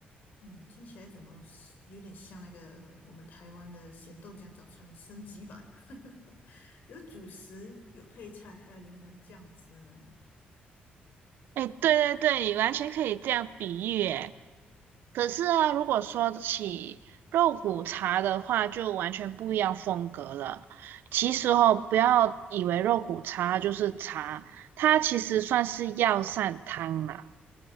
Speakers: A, on the left; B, on the right.
A: 嗯，听起来怎么是有点像那个我们台湾的咸豆浆早餐升级版，<laughs> 有主食，有配菜，还有灵魂酱汁呢。
B: 哎，对对对，完全可以这样比喻诶。可是啊，如果说起肉骨茶的话，就完全不一样风格了。其实哦，不要以为肉骨茶就是茶，它其实算是药膳汤啦。